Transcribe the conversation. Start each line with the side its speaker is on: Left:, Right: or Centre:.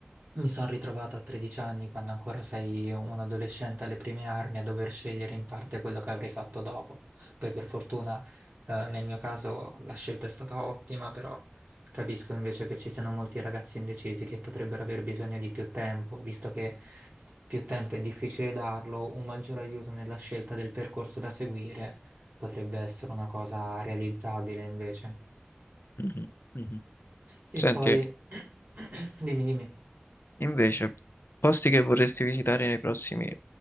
Right: mi sono ritrovata a 13 anni, quando ancora sei un adolescente alle prime armi, a dover scegliere in parte quello che avrei fatto dopo. Poi per fortuna eh, nel mio caso la scelta è stata ottima, però capisco invece che ci siano molti ragazzi indecisi che potrebbero aver bisogno di più tempo, visto che più tempo è difficile darlo, un maggior aiuto nella scelta del percorso da seguire potrebbe essere una cosa realizzabile invece.
Left: mhm, mhm.
Right: E
Left: Senti,
Right: poi, <clears throat> dimmi, dimmi,
Left: invece, posti che vorresti visitare nei prossimi